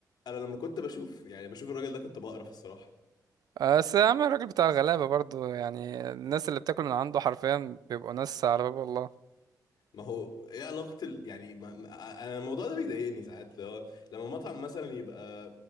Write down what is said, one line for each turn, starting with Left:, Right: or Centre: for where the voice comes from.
Left: أنا لما كنت بشوف يعني بشوف الراجل ده كنت بقرف الصراحة
Right: بس يا عم الراجل بتاع الغلابة برضو يعني الناس اللي بتاكل من عنده حرفيا بيبقوا ناس على باب الله
Left: ما هو ايه علاقة ال... يعني ما... ما... أنا الموضوع ده بيضايقني ساعات لو... لما مطعم مثلا يبقى